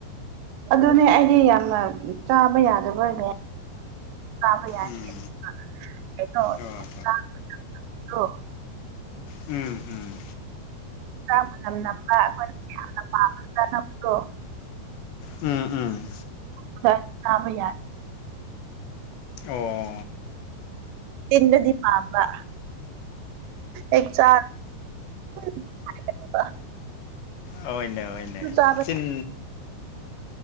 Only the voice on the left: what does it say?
ꯎꯝ
ꯍꯣꯏ
ꯎꯝ ꯎꯝ
ꯎꯝ ꯎꯝ
ꯑꯣ
ꯍꯣꯏꯅꯦ ꯍꯣꯢꯅꯦ
ꯆꯤꯟ